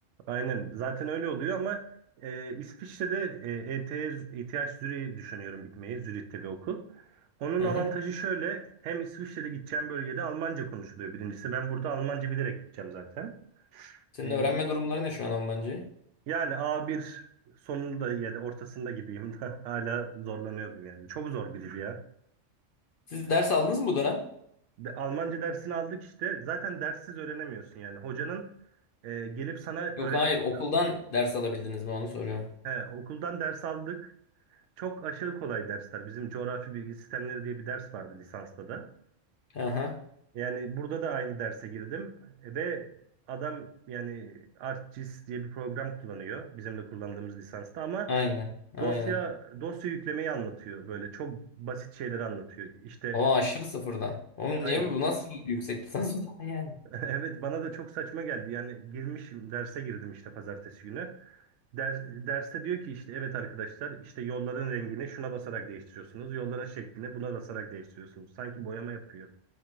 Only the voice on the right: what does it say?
Aynen. Zaten öyle oluyor ama e, İsviçre'de e, ETH, ETH Zürich'i düşünüyorum gitmeyi. Zürih'te bir okul. Onun
avantajı
şöyle. Hem İsviçre'de gideceğim bölgede Almanca konuşuluyor birincisi. Ben burada Almanca bilerek gideceğim zaten.
E,
yani A1 sonunda ya da ortasında gibiyim <laughs> da hala zorlanıyorum yani. Çok zor bir dil ya.
De, Almanca dersini aldık işte. Zaten derssiz öğrenemiyorsun yani. Hocanın e, gelip sana öğretmesi
lazım.
He, okuldan ders aldık. Çok aşırı kolay dersler. Bizim coğrafi bilgi sistemleri diye bir ders vardı lisansta da.
Yani burada da aynı derse girdim E, ve adam yani ArcGIS diye bir program kullanıyor bizim de kullandığımız lisansta ama
dosya dosya yüklemeyi anlatıyor böyle çok basit şeyleri anlatıyor. İşte
aynı
<laughs> Evet bana da çok saçma geldi. Yani girmişim derse girdim işte pazartesi günü. Ders, derste diyor ki işte evet arkadaşlar işte yolların rengini şuna basarak değiştiriyorsunuz. Yolların şeklini buna basarak değiştiriyorsunuz. Sanki boyama yapıyor.